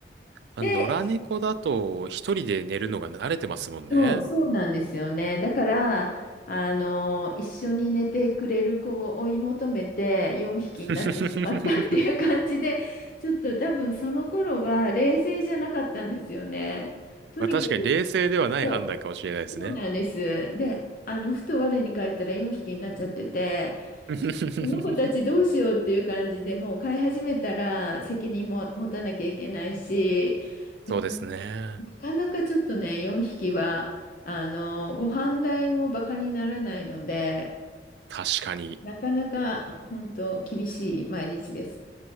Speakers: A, on the right; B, on the left.
A: まあ、
B: で
A: 野良猫だと一人で寝るのが慣れてますもんね。
B: そう、そうなんですよね。だから、あの、一緒に寝てくれる子を追い求めて4匹になってしまったっていう感じで、
A: <laughs>
B: ちょっと多分その頃は冷静じゃなかったんですよね。とにかく、
A: まあ確かに冷静ではない判断かもしれないですね。
B: そう、そうなんです。で、あの、ふと我に返ったら4匹になっちゃってて、
A: <laughs>
B: この子たちどうしようっていう感じでもう飼い始めたら責任も持たなきゃいけないし、でも
A: そうですね。
B: なかなかちょっとね、4匹は、あの、ご飯代もバカにならないので、
A: 確かに。
B: なかなか本当厳しい毎日です。